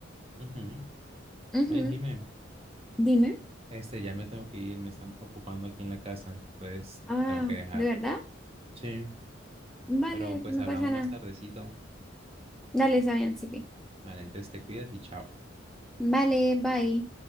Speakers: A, on the right; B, in the centre.
A: Ujú.
B: Ujú,
A: Oye, Jimé,
B: Dime.
A: este, ya me tengo que ir, me están ocupando aquí en la casa, pues
B: Ah,
A: te tengo que dejar.
B: ¿de verdad?
A: Sí.
B: Vale,
A: Pero pues
B: no
A: hablamos
B: pasa
A: más
B: nada.
A: tardecito.
B: Dale, está bien, Sipi.
A: Vale, entonces te cuidas y chao.
B: Vale, bye.